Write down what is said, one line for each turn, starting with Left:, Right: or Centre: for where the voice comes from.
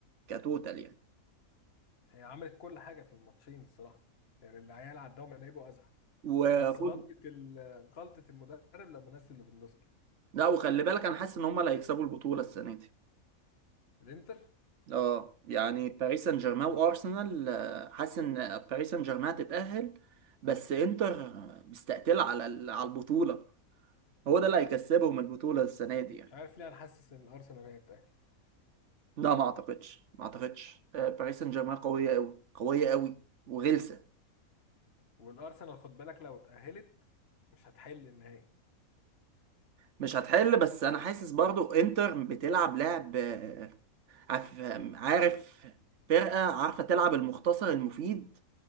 Right: كتوتال يعني
Left: هي عملت كل حاجه في الماتشين الصراحه يعني العيال عداهم لعيبه ازعه
Right: وخد
Left: بس غلطه ال... غلطه المدرب لما نزل ليفاندوسكي
Right: لا وخلي بالك انا حاسس ان هم اللي هيكسبوا البطولة السنة دي
Left: الانتر
Right: اه يعني باريس سان جيرمان وارسنال آه، حاسس ان باريس سان جيرمان هتتأهل بس انتر مستقتلة على ال- على البطولة هو ده اللي هيكسبهم البطولة السنة دي يعني
Left: مش عارف ليه انا حاسس ان الارسنال هيتاهل
Right: لا مم. ما اعتقدش ما اعتقدش آه، باريس سان جيرمان قوية قوي قوية قوي وغلسة
Left: والارسنال خد بالك لو اتاهلت مش هتحل النهائي
Right: مش هتحل بس انا حاسس برضو انتر بتلعب لعب آه، عارف عارف فرقة عارفة تلعب المختصر المفيد